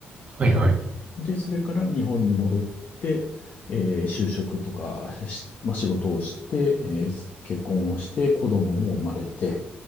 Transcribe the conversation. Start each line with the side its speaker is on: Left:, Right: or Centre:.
Right: はいはい。
Left: で、それから日本に戻って、えー就職とかし、まあ、仕事をして、えー結婚をして、子供も生まれて、